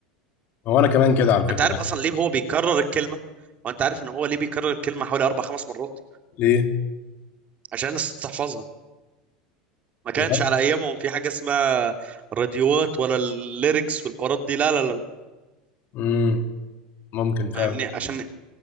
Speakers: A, on the left; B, on the right.
A: هو انا كمان كده على فكره
B: انت عارف اصلا
A: يعني
B: ليه هو بيكرر الكلمه وانت عارف ان هو ليه بيكرر الكلمه حوالي اربع خمس مرات
A: ليه
B: عشان الناس تحفظها ما كانش
A: بجد
B: على ايامهم في حاجه اسمها راديوات ولا الليركس والحوارات دي لا لا لا
A: امم ممكن فعلا
B: فاهمني عشان